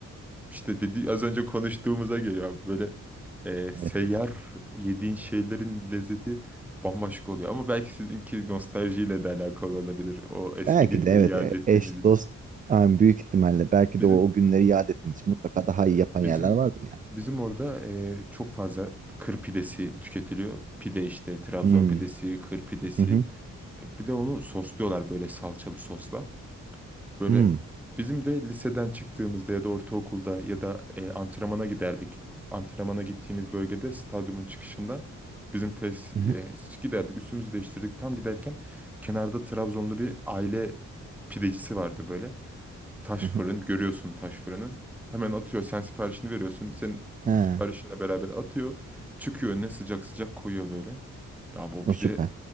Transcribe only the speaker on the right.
Evet.
Belki
de evet
e-
eş
dost yani büyük ihtimalle belki
de o, o günleri yad ettiğimiz için mutlaka daha iyi yapan yerler
vardır yani.
Hmm.
Hı hı.
Hmm.
Hı
hı.
Hı hı.
Ha.
O
süper.